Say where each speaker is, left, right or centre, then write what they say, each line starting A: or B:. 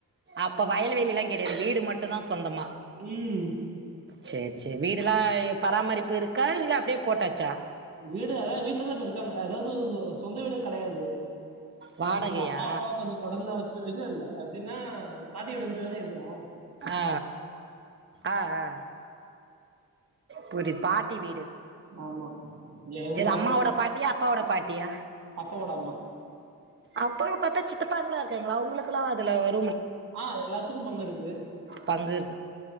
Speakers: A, on the right (about 35°); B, on the right (about 50°).
A: அப்ப வயல்வெளிலா கெடையாது வீடு மட் டுந்தா சொந்தமா
B: ம்
A: சேர் சே வீடுல்லா எ பராமரிப்பு இருக்கா இல்ல அப்டியே போட்டாச்சா
B: வீடு அதா வீட்லதா இப்ப இருக்காங்க அதாது சொ சொந்த வீடு கடையாது
A: வாடகையா
B: எங்க அம்மாப்பா கொஞ்சொ தொடந்துதா வச்ட்டுவேனு இல்ல எப்டின்னா பாட்டி ஓட வீடு தானே இருந்தோ
A: ஆ ஆ ஆ புரி பாட்டி வீடு
B: ஆமா எங்க
A: எது அம்மாவோட பாட்டியா அப்பாவோட பாட்டியா
B: அப்பாவோட அம்மா
A: அப்பலொ பாத்தா சித்தப்பாங்ளா இருக்காங்ள அவங்களுக்குலா தலா ஒர்
B: ஆ எல்லாத்துக்கு பங்கு இருக் கு
A: பங்கு